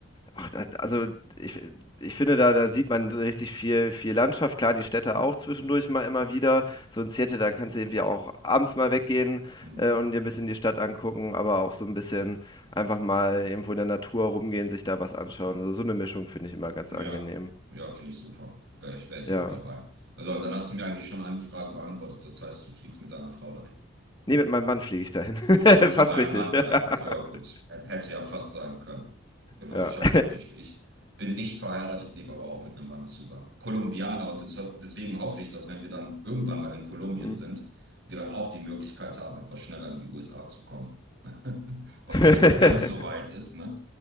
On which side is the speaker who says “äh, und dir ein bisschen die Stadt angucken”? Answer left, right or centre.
Left